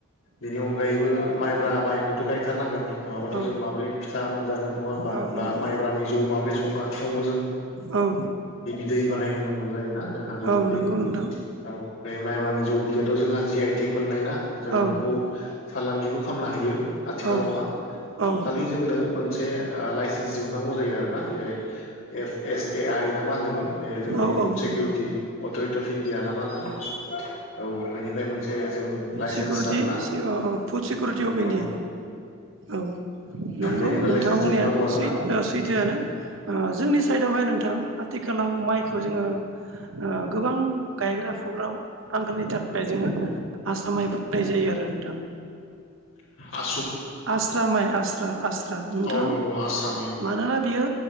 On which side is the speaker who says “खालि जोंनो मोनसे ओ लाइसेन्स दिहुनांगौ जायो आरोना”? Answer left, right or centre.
Left